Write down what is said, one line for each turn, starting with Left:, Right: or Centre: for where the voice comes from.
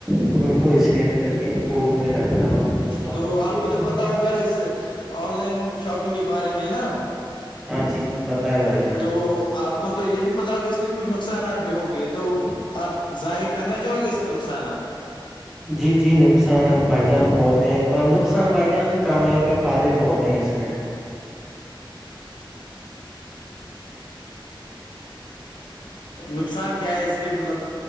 Centre: تو ان کو اسکین کر کے کوڈ رکھنار کمپنی
Left: تو آپ
Centre: کے
Left: کو
Centre: تھرو
Left: تو پتا اس آن لائن شاپنگ کے بارے میں ہے نا
Centre: ہاں جی جی پتا ہے بھائی جان
Left: تو آپ کو تو یہ بھی پتا ہوگا اس کے کچھ نقصانات بھی ہوں گے تو آپ ظاہر کرنا چاہو گے اس کے نقصانات
Centre: جی جی نقصان ہے بھائی جان بہت ہیں پر نقصان بھائی جان کم ہے پ فدےہ بہت ہیں اس میں
Left: نقصان کیا ہے اس کے مطلب